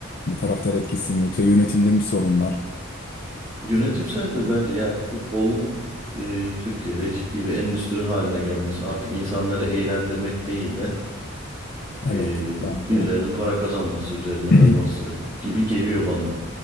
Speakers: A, on the left (about 50°); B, on the right (about 15°).
A: Hani taraftar etkisi mi yoksa yönetimde mi sorun var?
B: Yönetimseldir bence yani futbolun e, Türkiye'de ciddi bir endüstri haline gelmesi artık insanları eğlendirmek değil de
A: Evet
B: e,
A: bence
B: birilerinin para kazanması üzerine olması
A: <clears throat>
B: gibi geliyor bana.